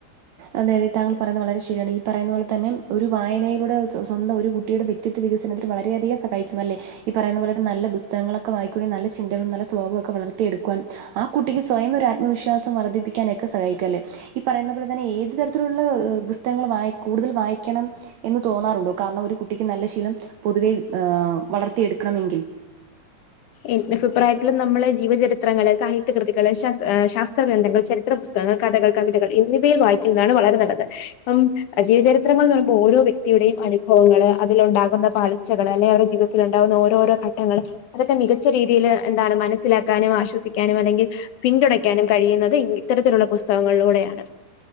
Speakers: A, on the right (about 70°); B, on the left (about 80°).
A: അതെ അതെ താങ്കൾ പറയുന്നത് വളരെ ശരിയാണ് ഈ പറുന്ന പോലെ തന്നെ ഒരു വായനയിലൂടെ സ്വന്തം ഒരു കുട്ടിയുടെ വ്യക്തി വ്യക്തിത്ത വികസനത്തിന് വളരെയധികം സഹായിക്കുമല്ല ഈപറയുന്ന പോലെ നല്ല പുസ്തകങ്ങളൊക്കെ വായിക്കണെ നല്ല ചിന്തകള്ളൊക്കെ നല്ല സ്വഭാവമൊക്കെ വളരും വളർത്തി എടുക്കുവാൻ ആ കുട്ടിക്ക് സ്വയം ഒരത്മവിശ്വാസം വർദ്ധിപ്പിക്കാനൊക്കെ സഹായിക്കൊല്ലേ ഈ പറയുന്ന ങ്ങനെ ഏതു തരത്തിലുള്ള പുസ്തകങ്ങൾ വായി കൂടുതൽ വായിക്കണം എന്ന് തോന്നാറുണ്ടോ കാരണം ഒരു കുട്ടിക്ക് നല്ല ശീലം പൊതുവെ വളർത്തിയ എടുക്കണമെങ്കിൽ
B: എന് അഭിപ്രായത്തില് നമ്മള് ജീവചരിത്രങ്ങൾ സാഹിത്യകൃതികൾ ശാസ്ത്ര ഗ്രഥങ്ങൾ ചരിത്ര പുസ് പുസ്തകങ്ങൾ കഥകൾ കവിതകൾ എന്നിവയിൽ വായിക്കുന്നതാണ് വളരെ നല്ലത് ഇപ്പം ജീവചരിത്രങ്ങൾന്ന് വരുമ്പോ ഓരോ വ്യക്തിയുടെയും അനുഭവങ്ങൾ അതിലണ്ടകുന്ന പളിച്ചകൾ അല്ലെങ്കി അവരുടെ ജീവിത ത്തില ഉണ്ടാവുന്ന ഓരോരോ ഘട്ടങ്ങൾ അതൊക്കെ മികച്ച രീതിയിൽ എന്താണ് മനസ്സിലാക്കാനും ആശ്വസിക്കാനും അല്ലെങ്കിൽ പിന്തുണയ്ക്കാനും കഴിയുന്നത് ഇത്തരത്തിലുള്ള പുസ്തകങ്ങളിലൂടെയാണ്